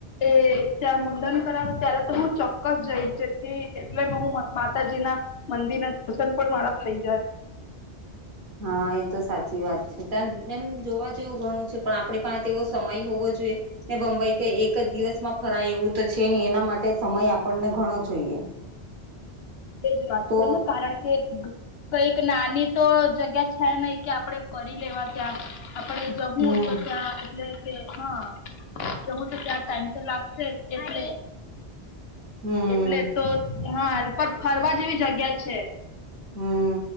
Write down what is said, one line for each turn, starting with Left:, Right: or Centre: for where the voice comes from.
Left: એ ત્યાં મુંડન કરાવું ત્યારે તો હું ચોક્કસ જઈ જેથી એટલે મે હું માતાજીના મંદિર ના દર્શન પણ મારા થઈ જાય.
Right: હા એ તો સાચી વાત છે ત એમ જોવા જેવું ઘણું છે. પણ આપણે પણ તેવો સમય હોવો જોઈએ. ને બંબઈ કઈ એક જ દિવસમાં ફરાય એવું છે ને એના માટે સમય ઘણો જોઈએ.
Left: તે જ વાત
Right: તો
Left: કરુ ન કારણ કે કઈક નાની તો જગ્યા છે નહ કે આપડણે ફરી લેવા ત્યાં આપડે જમું
Right: હમ
Left: તતા એટલે હા જમુ તો ચાર ટાઈમ તો લાગશે એટલે
Right: હમ
Left: એટલે તો હા પણ ફરવા જેવી જગ્યા છે.
Right: હમ.